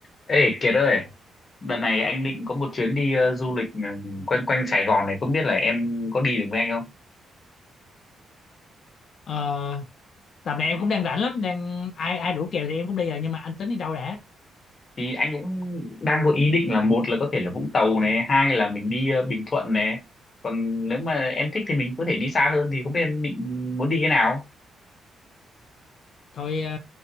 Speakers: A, on the left; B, on the left.
A: Ê Kiệt ơi, đợt này anh định có một chuyến đi ờ, du lịch ờ, quanh quanh Sài Gòn này, không biết là em có đi được với anh không?
B: Ờ, tầm này em cũng đang rảnh lắm đang ai ai rủ kèo thì em cũng đi rồi nhưng mà anh tính đi đâu đã
A: Thì anh cũng đang có ý định là một là có thể là Vũng Tàu này, hai là mình đi ờ, Bình Thuận này. Còn nếu mà em thích thì mình có thể đi xa hơn thì không biết em định muốn đi cái nào?
B: thôi ờ,